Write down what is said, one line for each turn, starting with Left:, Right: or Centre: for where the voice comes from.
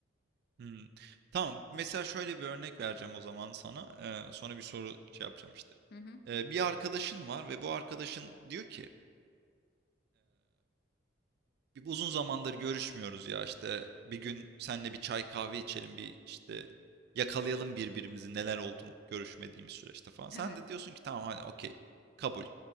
Right: Hmm. Tamam. Mesela şöyle bir örnek vereceğim o zaman sana. Ee, sonra bir soru şey yapacağım işte.
Left: Hı hı.
Right: Ee, bir arkadaşın var ve bu arkadaşın diyor ki, Bir uzun zamandır görüşmüyoruz ya işte bir gün senle bir çay kahve içelim bir işte yakalayalım birbirimizi neler oldun görüşmediğimiz süreçte falan. Sen
Left: Evet.
Right: de diyorsun ki tamam hani okey kabul.